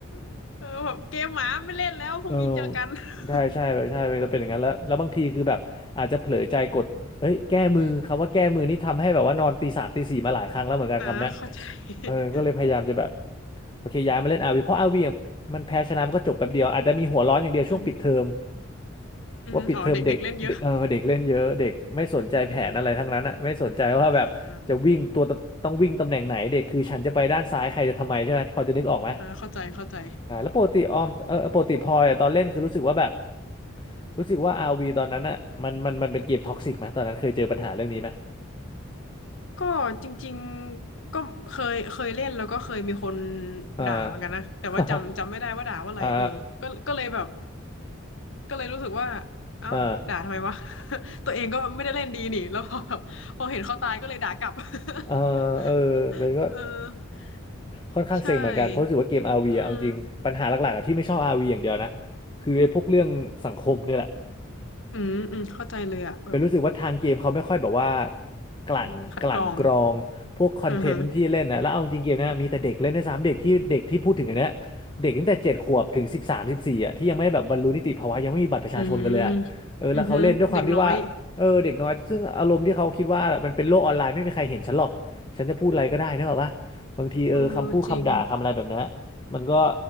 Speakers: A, on the left (about 65°); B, on the left (about 25°).
A: <laughs> เออแบบเกมหมาไม่เล่นแล้วพรุ่งนี้เจอกัน
B: เออ
A: <laughs>
B: ใช่ใช่ใช่เราเป็นอย่างนั้นแล้วแล้วบางทีคือแบบอาจจะเผลอใจกดเอ้ยแก้มือคำว่าแก้มือนี่ทำให้แบบว่านอนตีสามตีสี่มาหลายครั้งแล้วเหมือนกันคำเนี้ย
A: อ่าเข้าใจ <laughs>
B: เออก็เลยพยายามจะแบบโอเคย้ายมาเล่นอาร์วีเพราะอาร์วียงมันแพ้ชนะมันก็จบแป๊บเดียวอาจจะมีหัวร้อนอย่างเดียวช่วงปิดเทอม
A: อือหืออือหืออ๋อเด็กๆเล่นเยอะ
B: ว่าปิดเทอมเด็กเด็กเออเด็กเล่นเยอะเด็กไม่สนใจแผนอะไรทั้งนั้นอ่ะไม่สนใจว่าแบบจะวิ่งตัวตต้องวิ่งตำแหน่งไหนเด็กคือฉันจะไปด้านซ้ายใครจะทำไมใช่ไหมพอจะนึกออกไหม
A: อ่าอ่าเข้าใจเข้าใจ
B: อ่าแล้วปกติออมเออปกติพลอยอะตอนเล่นคือรู้สึกว่าแบบรู้สึกว่าอาร์วีตอนนั้นอ่ะมันมันมันเป็นเกมท็อกซิกไหมตอนนั้นเคยเจอปัญหาเรื่องนี้ไหม
A: ก็จริงๆก็เคยเคยเล่นแล้วก็เคยมีคน
B: อา
A: ด่าเหมือนกันนะแต่ว่าจำจำไม่ได้ว่าด่าว่าอะไรเออก็ก็เลยแบบ
B: <laughs> อ่า
A: ก็เลยรู้สึกว่าเอ้าด่าทำไมวะ
B: อ่า <laughs>
A: <laughs> ตัวเองก็ไม่ได้เล่นดีนี่แล้วพอแบบพอเห็นเขาตายก็เลยด่ากลับ
B: เออเออเออเป็นก็
A: <laughs> เออ
B: ค่อนข้างเซ็งเหมือนกันเพราะรู้สึกว่าเกม
A: ใช่
B: RV
A: อืม
B: อะเอาจริงปัญหาหลักๆอะที่ไม่ชอบอาร์วีอย่างเดียวนะคือไอ้พวกเรื่องสังคมเนี่ยแหละ
A: อืมอืมเข้าใจเลยอะแบบ
B: เป็นรู้สึกว่าทางเกมเขาไม่ค่อยแบบว่ากลั่นกลั่นกรองพวกคอนเทนต์ที่เล่นนะแล้วเอาจริงๆเกมนะมีแต่เด็กเล่นในสามเด็กที่เด็กที่พูดถึงอันเนี้ย
A: คัดกรองอือฮึ
B: เด็กตั้งแต่เจ็ดขวบถึงสิบสามสิบสี่อ่ะที่ยังไม่แบบบรรลุนิติภาวะยังไม่มีบัตรประชาชนกันเลยอะเออแล้วเขาเล่นด้วยความที่ว่าเออเด็กน้อยซึ่งอารมณ์ที่เขาคิดว่ามันเป็นโลกออนไลน์ไม่มีใครเห็นฉันหรอกฉันจะพูดอะไรก็ได้นึกอะปะบางทีเออคำพูดคำด่าคำอะไรแบบนี้น
A: อืมอือฮึเด็กน้อยเออจริง
B: มันก็